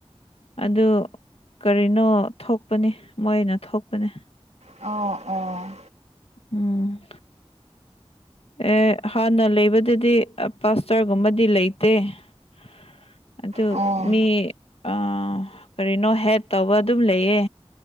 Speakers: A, on the left; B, on the right.
A: ꯑꯗꯨ ꯀꯔꯤꯅꯣ ꯊꯣꯛ ꯄꯅ‌ꯦ ꯃꯣꯏꯅ ꯊꯣꯛꯄꯅ‌ꯦ
B: ꯑꯣ ꯑꯣ
A: ꯎꯝ ꯑꯦ ꯍꯥꯟꯅ ꯂꯩꯕꯗꯗꯤ ꯄꯥꯁꯇꯔꯒꯨꯝꯕꯗꯤ ꯂꯩꯇꯦ <unintelligible> ꯑꯗꯨ
B: ꯑꯣ ꯑꯣ
A: ꯃꯤ ꯑꯥ ꯀꯔꯤꯅꯣ ꯍꯦꯛ ꯇꯧꯕ ꯑꯗꯨꯝ ꯂꯩꯌꯦ